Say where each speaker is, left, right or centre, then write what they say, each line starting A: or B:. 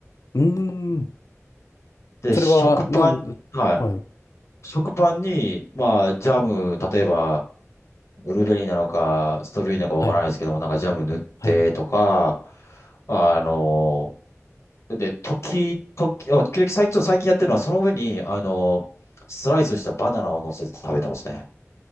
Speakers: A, on the left; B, on the left.
A: うーん、
B: で、
A: それは、
B: 食パン、
A: なん、
B: は
A: はい、
B: い。食パンに、まあ、ジャム、例えば、ブルーベリーなのか、ストロベリーなのかわからないですけども、
A: はい、
B: なんかジャム塗ってとか、
A: はい。
B: あの、で、時、時、あ時々最近、最近やってるのは、その上に、あの、スライスしたバナナを乗せて食べてますね。